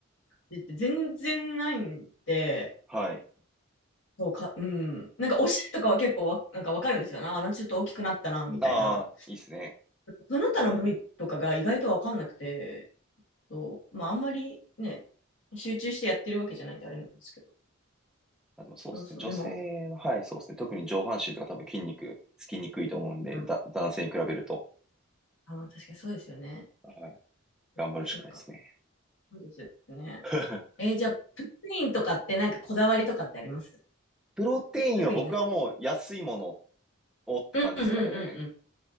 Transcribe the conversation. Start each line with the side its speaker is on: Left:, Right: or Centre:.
Left: ジって全然ないんで、
Centre: はい。
Left: そうか、うん。なんかお尻とかは結構わ、なんかわかるんですよな。あ、なんかちょっと大きくなったな、みたいな。
Centre: ああ、いいですね。
Left: その他の部位とかが意外とわかんなくて、そう。まあ、あんまりね、集中してやってるわけじゃないんであれなんですけど。
Centre: あ、でもそうですね。
Left: そうそう。
Centre: 女性は、
Left: でも、
Centre: はい、そうですね。特に上半身とか多分筋肉つきにくいと思うんで、
Left: うん。
Centre: だ、男性に比べると、
Left: あ、確かにそうですよね。
Centre: はい、頑張るしかないですね。
Left: えそっか。そうですよね。
Centre: <laughs>
Left: えーじゃあ、プップインとかってなんかこだわりとかってあります
Centre: プロテインは僕はもう安いもの
Left: 特にね。
Centre: をって感じですかね。
Left: うんうんうんうんうん。